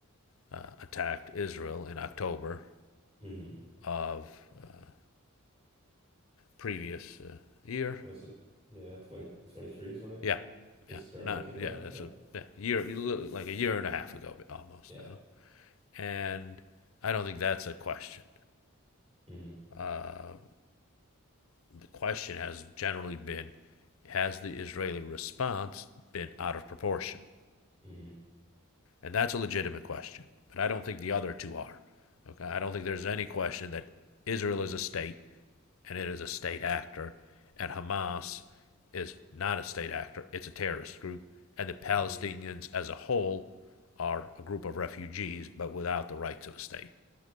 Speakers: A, on the left; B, on the right.
A: uh, attacked Israel in October
B: Mm-hmm.
A: of uh, previous uh, year.
B: Was it? Yeah, 2023 is when it
A: Yeah,
B: this
A: yeah,
B: current
A: not
B: one kicked
A: yeah.
B: off.
A: That's
B: Yeah,
A: a yeah, year like a year and a half ago almost
B: yeah.
A: now, and I don't think that's a question.
B: Mm-hmm.
A: Uh, the question has generally been, has the Israeli response been out of proportion?
B: Mm-hmm.
A: And that's a legitimate question. But I don't think the other two are. Okay. I don't think there's any question that Israel is a state and it is a state actor, and Hamas is not a state actor, it's a terrorist group, and the Palestinians
B: Mm-hmm.
A: as a whole are a group of refugees but without the rights of a state.